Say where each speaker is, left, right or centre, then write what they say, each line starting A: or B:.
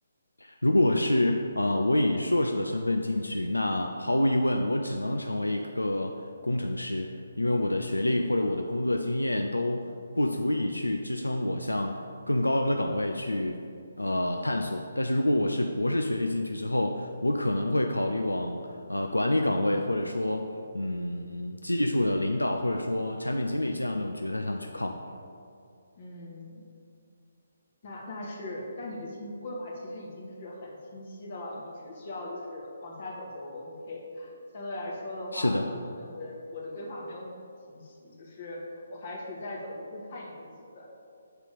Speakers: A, on the left (about 80°); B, on the left (about 40°).
A: 如果是呃，我以硕士的身份进去，那毫无疑问，我只能成为一个工程师，因为我的学历或者我的工作经验都不足以去支撑我向更高的岗位去呃探索。
B: 嗯
A: 但是如果我是博士学历进去之后，我可能会考虑往呃管理岗位，
B: 嗯
A: 或者说嗯技术的领导，或者说产品经理这样一种角色上去靠。
B: 嗯，那那是，那你的清规划其实已经是很清晰的了，你只需要就是往下走就 OK。相对来说的话，
A: 是的。
B: 我可能我的我的规划没有你的清晰，就是我还处在走一步看一步的阶段。